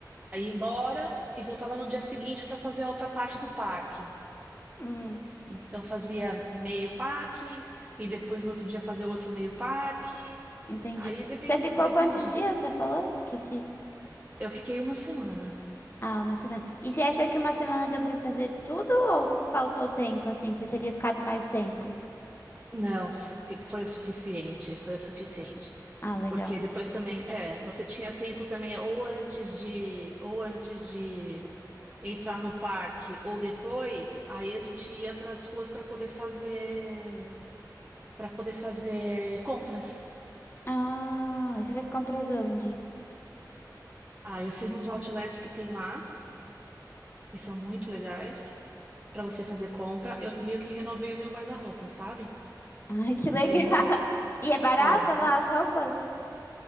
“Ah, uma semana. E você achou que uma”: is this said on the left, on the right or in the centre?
Left